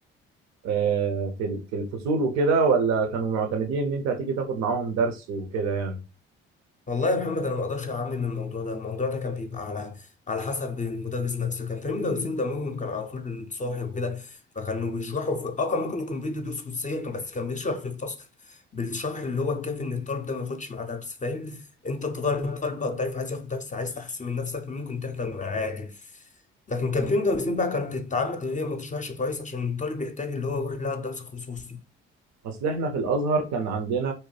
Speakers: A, on the right; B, on the left.
A: آه، في ال- في الفصول وكده ولا كانوا معتمدين ان انت هتيجي تاخد معاهم درس وكده
B: والله يا محمد انا ما اقدرش اعمم من الموضوع ده الموضوع ده كان بيبقى على على حسب المدرس نفسه كان في مدرسين دمهم كان على طول بالصاحي وكده فكانوا بيشرحوا في اه كان ممكن يكون بيدي دروس خصوصيه كان- بس كان بيشرح في الفصل بالشرح اللي هو الكافي ان الطالب ده ما ياخدش معاه درس فاهم انت الطالب الطالب الضعيف عايز ياخد درس عايز تحسن من نفسك ممكن تحضر معاه عادي لكن كان
A: يعني
B: في مدرسين بقى كانت تتعمد ان هي ما تشرحش كويس عشان الطالب يحتاج اللي هو يروح لها الدرس الخصوصي
A: اصل احنا في الازهر كان عندنا